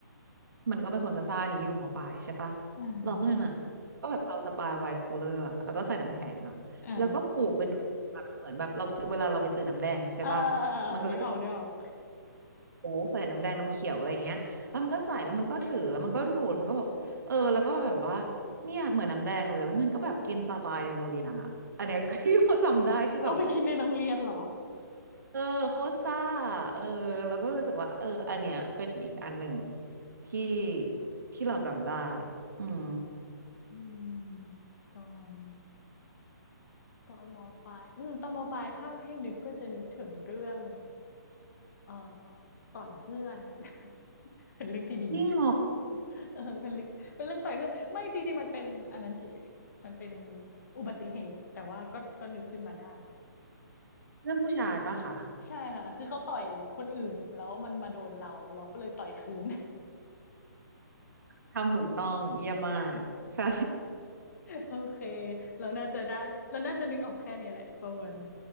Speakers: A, on the right; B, on the left.
A: มันก็เป็นคนซ่าๆนี้อยู่หมอปลายใช่ปะ
B: อืม
A: เรามันอ่ะก็แบบเอาสปายไวน์คูลเลอร์อะแล้วก็ใส่น้ำแข็งอ่ะแล้วก็ผูกเป็นถุงแบบเหมือนแบบเราซื้อเวลาเราไปซื้อน้ำแดงใช่ปะ
B: อ่าอ่าอ่าอ่านึกออกนึกออก
A: มันก็จะโอ้ใส่น้ำแดงน้ำเขียวอะไรเงี้ยแล้วมันก็ใส่แล้วมันก็ถือแล้วมันก็ดูดมันก็บอกเออแล้วก็แบบว่าเนี่ยเหมือนน้ำแดงเลยแล้วมันก็แบบกินสปายในโรงเรียนอ่ะอันเนี้ย <laughs> คือที่เราจำได้คือแบบ
B: เอาไปกินในโรงเรียนเหรอ
A: เออโคตรซ่าเออเราก็รู้สึกว่าเอออันเนี้ยเป็นอีกอันหนึ่งที่ที่เราจำได้อืม
B: อืมตอนตอนมปลายอืมตอนมปลายถ้าให้นึกก็จะนึกถึงเรื่อง เอ่อต่อยกับเพื่อน <laughs> เป็นเรื่องที่ดีไหม
A: จริงเหรอ
B: เออเป็นเรื่องเป็นเรื่องต่อยเพื่อนไม่จริงๆมันเป็นอันนั้นเฉยๆมันเป็นอุบัติเหตุแต่ว่าก็ก็นึกขึ้นมาได้
A: เพื่อนผู้ชายปะคะ
B: ใช่ค่ะคือเขาต่อยคนอื่นแล้วมันมาโดนเราเราก็เลยต่อยคืน <laughs>
A: ทำถูกต้องเยี่ยมมากใช่
B: โอเคเราน่าจะได้เราน่าจะนึกออกแค่นี้แหละประมาณนี้